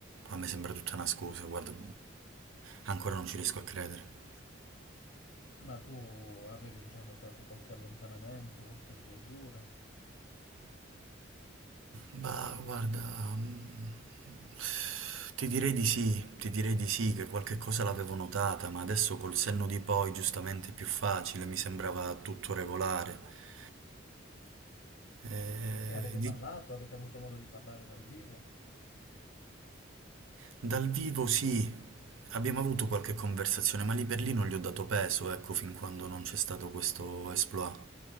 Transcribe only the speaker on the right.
a me sembra tutta una scusa, guarda, ancora non ci riesco a credere.
Bah, guarda, mm, ti direi di sì, ti direi di sì, che qualche cosa l'avevo notata, ma adesso col senno di poi, giustamente è più facile, mi sembrava tutto regolare. Eh,
di-
dal vivo sì, abbiamo avuto qualche conversazione, ma lì per lì non gli ho dato peso, ecco, fin quando non c'è stato questo exploit.